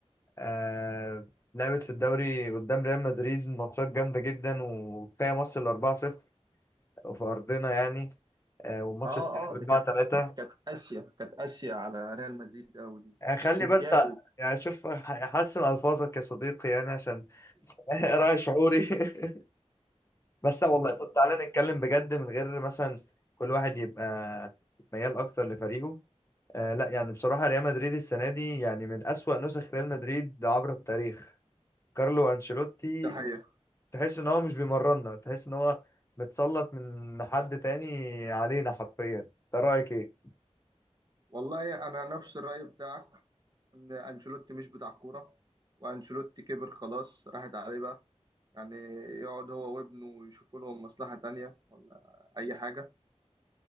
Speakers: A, on the left; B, on the right.
A: آه، لعبت في الدوري قدام ريال مدريد ماتشات جامدة جدا وكفاية ماتش ال 4-0 في ارضنا يعني آه، والماتش
B: اه
A: 4-3
B: اه ده كانت كانت كانت اسيا كانت اسيا على ريال مدريد قوي دي في
A: خلي
B: السنتياجو
A: بس
B: <laughs>
A: يعني شوف حسن الفاظك يا صديقي يعني عشان <laughs> راعي شعوري <laughs> بس لا والله طب تعالى نتكلم بجد من غير مثلا كل واحد يبقى ميال اكتر لفريقه آه لا يعني بصراحة ريال مدريد السنة دي يعني من أسوأ نسخ ريال مدريد عبر التاريخ كارلو أنشيلوتي
B: ده حقيقة
A: تحس ان هو مش بيمرنا تحس ان هو متسلط من حد تاني علينا حرفيا انت رأيك ايه؟
B: والله انا نفس الرأي بتاعك ان انشيلوتي مش بتاع كورة وانشيلوتي كبر خلاص راحت عليه بقى يعني يقعد هو وابنه يشوفوا لهم مصلحة تانية ولا اي حاجة